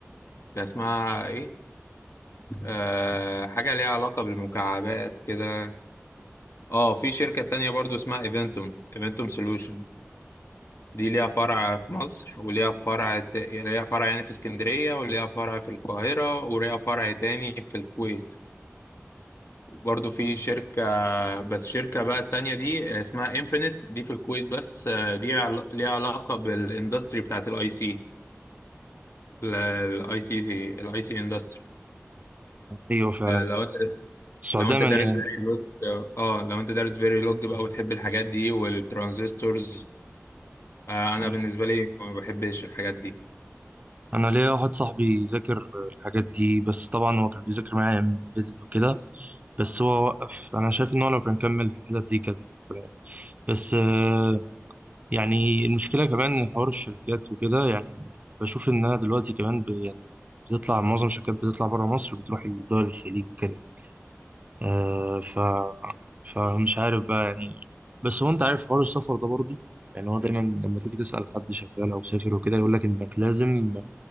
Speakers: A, on the left; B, on the right.
A: كان اسمها إيه؟ أه... حاجة ليها علاقة بالمكعبات كده اه في شركة تانية برضو اسمها ايفنتوم ايفنتوم سولوشن دي ليها فرع في مصر وليها فرع ت... ليها فرع يعني في اسكندرية وليها فرع في القاهرة وليها فرع تاني في الكويت برضو في شركة بس شركة بقى التانية دي اسمها انفينيت دي في الكويت بس آه، دي عل- ليها علاقة بالاندستري بتاعت الاي سي الاي سي الاي سي اندستري
B: أيوة فعلا
A: لو انت
B: السعودية
A: لو انت
B: مليانة
A: دارس فيري لوج اه آه، لو انت دارس فيري لوج بقى وتحب الحاجات دي والترانزستورز آه انا
B: أيوة.
A: بالنسبه لي ما بحبش الحاجات دي
B: أنا ليا واحد صاحبي ذاكر الحاجات دي بس طبعا هو كان بيذاكر معايا امبيدد وكده بس هو وقف أنا شايف إن هو لو كان كمل في الحتت دي كانت تمام. بس آه، يعني المشكلة كمان إن حوار الشركات وكده يعني بشوف إنها دلوقتي كمان ب- يعني بتطلع معظم الشركات بتطلع بره مصر بتروح لدول الخليج وكده آه ف فمش عارف بقى يعني بس هو انت عارف حوار السفر ده برضو يعني هو دايما لما تيجي تسأل حد شغال او سافر وكده يقول لك انك لازم